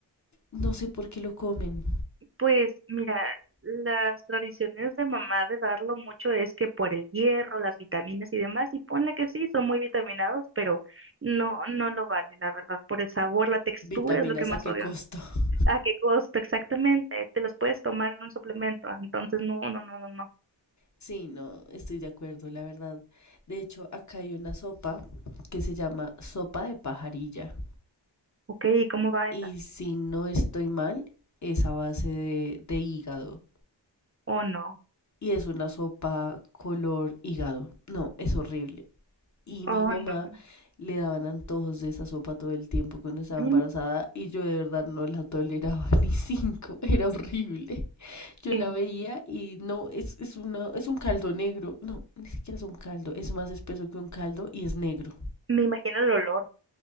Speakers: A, on the left; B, on the right.
A: No sé por qué lo comen.
B: pues mira, las tradiciones de mamá de darlo mucho es que por el hierro, las vitaminas y demás, y ponle que sí, son muy vitaminados, pero no, no lo vale, la verdad, por el sabor, la textura
A: Vitaminas
B: es lo que más
A: a qué
B: odio.
A: costo. <laughs>
B: ¿A qué costo exactamente? Te los puedes tomar en un suplemento, entonces no, no, no, no, no.
A: Sí, no, estoy de acuerdo, la verdad. De hecho, acá hay una sopa que se llama sopa de pajarilla.
B: Ok, ¿y cómo va
A: y
B: esa?
A: si no estoy mal, es a base de, de hígado.
B: Oh, no,
A: Y es una sopa color hígado. No, es horrible. Y
B: oh,
A: mi mamá
B: no.
A: le daban antojos de esa sopa todo el tiempo cuando estaba
B: Mm,
A: embarazada y yo de verdad no la toleraba <laughs> ni cinco, era horrible. Yo
B: eh,
A: la veía y no, es, es, una, es un caldo negro, no, ni siquiera es un caldo, es más espeso que un caldo y es negro.
B: Me imagino el olor.